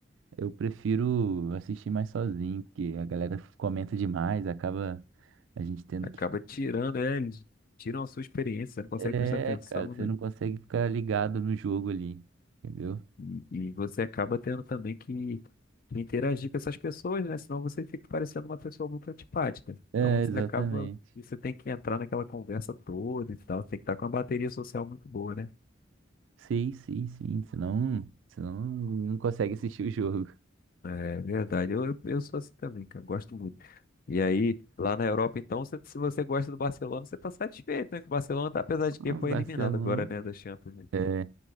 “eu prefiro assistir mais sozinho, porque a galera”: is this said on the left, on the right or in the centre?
Right